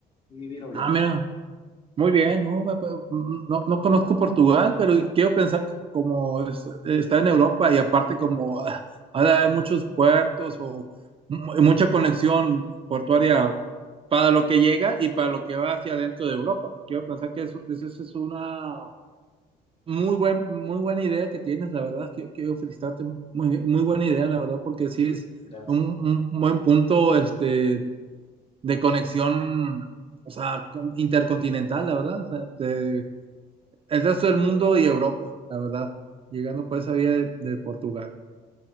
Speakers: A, on the left; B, on the right.
A: y vivir, obviamente.
B: Ah, mira, Muy bien, no, me- no, no conozco Portugal, pero quiero pensar que como es- está en Europa y aparte como ah, ha de haber muchos puertos o mu- mucha conexión portuaria para lo que llega y para lo que va hacia adentro de Europa. Quiero pensar que eso, eso- eso es una muy buen, muy buena idea que tienes, la verdad. Quiero, quiero felicitarte, muy, muy buena idea, la verdad, porque sí es
A: Gracias.
B: un, un buen punto este, de conexión, o sea, con- intercontinental, la verdad. O sea, de, el resto del mundo y Europa, la verdad. Llegando por esa vía de, de Portugal.